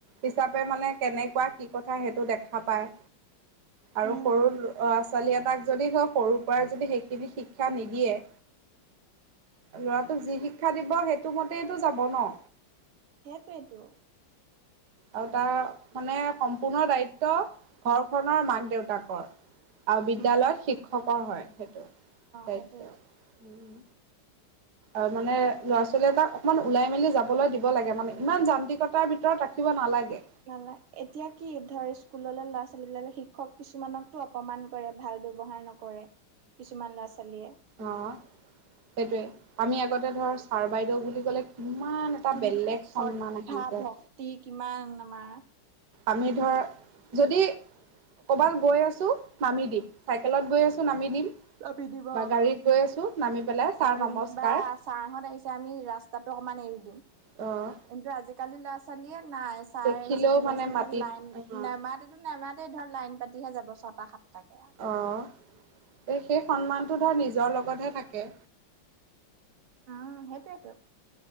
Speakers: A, on the right; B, on the right.
A: হিচাপে মানে কেনেকুৱা কি কথা সেইটো দেখা পায় আৰু
B: অ',
A: সৰু ল'ৰা ছোৱালী এটাক যদি হয় সৰুৰ পৰাই যদি সেইখিনি শিক্ষা নিদিয়ে। ল'ৰাটোক যি শিক্ষা দিব সেইটো মতেইতো যাব ন।
B: সেইটোৱেইটো।
A: আৰু তাৰ মানে সম্পূৰ্ণ দায়িত্ব ঘৰখনৰ মাক দেউতাকৰ। আৰু বিদ্যয়ালয়ত
B: অ',
A: শিক্ষকৰ হয় সেইটো দায়িত্ব
B: সেইটো
A: উম। আৰু মানে ল'ৰা-ছোৱালী এটাক অকণমান ওলাই মেলি যাবলৈ দিব লাগে, মানে ইমান যান্ত্ৰিকতাৰ ভিতৰত ৰাখিব নালাগে।
B: নালা এতিয়া কি ধৰ স্কুল ল'ৰা-ছোৱালীবিলাকে শিক্ষক কিছুমানকক অপমান কৰে ভাল ব্যৱহাৰ নকৰে। কৰে কিছুমান ল'ৰা-ছোৱালীয়ে।
A: অহ, সেইটোৱে আমি আগতে ধৰ ছাৰ বাইদেউ বুলি ক'লে কিমান এটা
B: কিমান
A: বেলেগ
B: শ্ৰদ্ধা
A: সন্মান আহি যায়।
B: ভক্তি কিমান আমাৰ।
A: আমি ধৰ, যদি ক'ৰবাত গৈ আছোঁ নামি দিম, চাইকেলত গৈ আছোঁ নামি দিম।
B: নামি দিব।
A: বা গাড়ীত গৈ আছোঁ নামি পেলাই, ছাৰ
B: দিম
A: নমস্কাৰ।
B: বা ছাৰহঁত আহিছে আমি ৰাস্তাতটো অকণমান এৰি দিওঁ।
A: অহ।
B: কিন্তু আজিকালি ল'ৰা-ছোৱালীয়ে নাই, ছাৰ
A: দেখিলেও
B: আহিছে, কোনবা আহিছে, মানে
A: মাটিত
B: লাইন
A: অ'
B: নেমাতে নেমাতে ধৰ লাইন পাতিহে যাব ছটা সাতটাকে। আৰু।
A: অহ, এই সেই সন্মানটো ধৰ নিজৰ লগতহে থাকে।
B: উম, সেইটোৱেইটো।